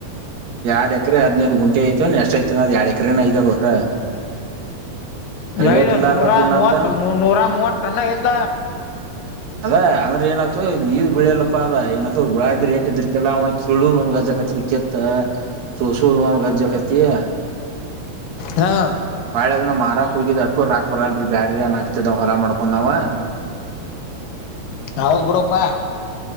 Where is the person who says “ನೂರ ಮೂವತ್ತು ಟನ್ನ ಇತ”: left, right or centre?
Left